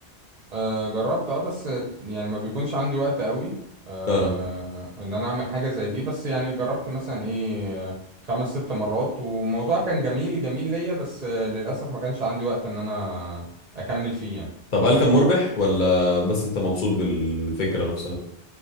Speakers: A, on the right (about 50°); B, on the left (about 55°).
A: آه جربت اه بس يعني ما بيكونش عندي وقت قوي آه
B: اه
A: ان انا اعمل حاجة زي دي بس يعني جربت مثلا ايه آه، خمس ست مرات والموضوع كان جميل جميل ليا بس آه للأسف ما كانش عندي وقت ان انا اكمل فيه يعني
B: طب هل كان مربح ولا بس انت مبسوط بالفكره نفسها